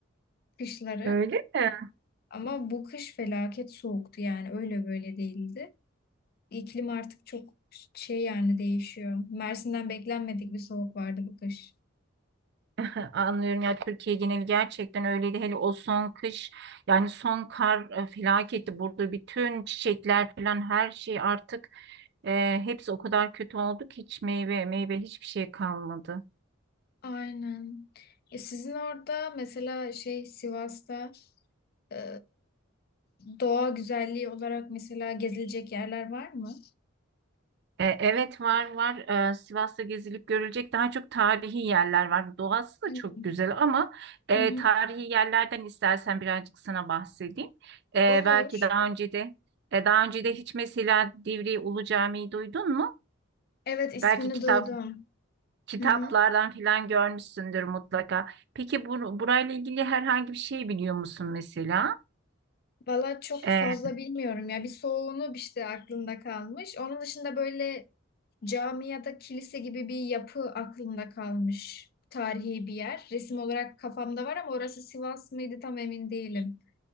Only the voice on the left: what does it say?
kışları.
Ama bu kış felaket soğuktu yani öyle böyle değildi. İklim artık çok şey yani değişiyor. Mersin'den beklenmedik bir soğuk vardı bu kış.
Aynen. E sizin orada mesela şey Sivas'ta Ee, doğa güzelliği olarak mesela gezilecek yerler var mı?
Hmm.
Hı hı.
Olur.
Evet ismini
duydum.
Hı hı.
Valla çok
fazla bilmiyorum ya. Bir soğuğunu işte aklımda kalmış. Onun dışında böyle cami ya da kilise gibi bir yapı aklımda kalmış. Tarihi bir yer. Resim olarak kafamda var ama orası Sivas mıydı tam emin değilim.